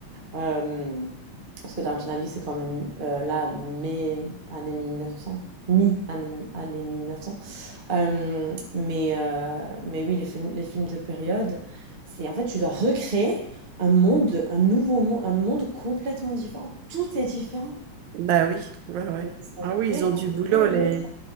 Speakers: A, on the right (about 50°); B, on the right (about 80°).
A: Euh, parce que Downton Abbey c'est quand même euh, là mai année mille neuf cents mi année, année 1900 euh, mais, euh, mais oui, les films, les films de période, c'est en fait, tu dois recréer un monde, un nouveau monde, un monde complètement différent. Tout est différent.
B: Bah oui, ouais, ouais.
A: Mais ça
B: Ah oui,
A: fait
B: ils ont du
A: un
B: boulot,
A: vrai,
B: les,
A: vrai